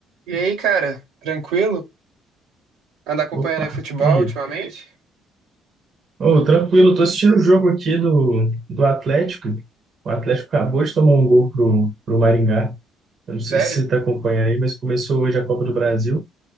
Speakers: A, on the right (about 80°); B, on the right (about 45°).
A: E aí, cara, tranquilo? Anda acompanhando
B: Opa,
A: aí futebol
B: e aí?
A: ultimamente?
B: Ô, tranquilo, tô assistindo o jogo aqui do, do Atlético. O Atlético acabou de tomar um gol pro, pro Maringá. Eu não sei
A: Sério?
B: se você tá acompanhando aí, mas começou hoje a Copa do Brasil.